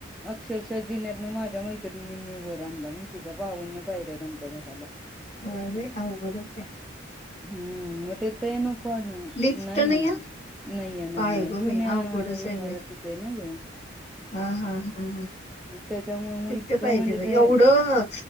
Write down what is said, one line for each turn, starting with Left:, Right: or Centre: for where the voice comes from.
Centre: अक्षरशः जिन्यातन माझ्या मैत्रिणींनी वर आणला, माहिती का बावन्न पायऱ्या आहेत आमच्या घराला.
Left: व्हय बाई अवघड होतंय.
Centre: हम्म, मग तेथ येन कोण
Left: लिफ्ट
Centre: नाही ना.
Left: आहे?
Centre: नाहीये
Left: काय
Centre: नाहीये,
Left: गं
Centre: जुन्या
Left: बाई अवघडच आहे
Centre: इमारतीत
Left: बाई
Centre: आहे ना गं
Left: हा हा हा हा
Centre: त्याच्यामुळे मग
Left: तित.
Centre: इतकं
Left: पाहिजे
Centre: म्हणजे
Left: बाई
Centre: ते
Left: एवढं